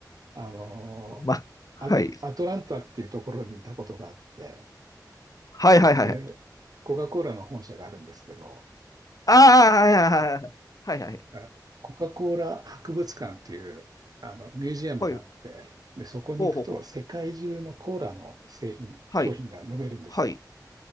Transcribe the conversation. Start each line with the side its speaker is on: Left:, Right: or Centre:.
Right: あの、
Left: ま、はい。
Right: ア、アトランタっていうところにいたことがあって、
Left: はいはいはいはい。
Right: で、コカ・コーラの本社があるんですけど、
Left: ああ、はいはいはいはい。はいはい。
Right: あコカ・コーラ博物館っていうあのミュージアムがあって、
Left: はい。
Right: で、そこに行くと世界中のコーラの製品、
Left: ほうほうほう。はい。
Right: 商品が飲めるんですよ。
Left: はい。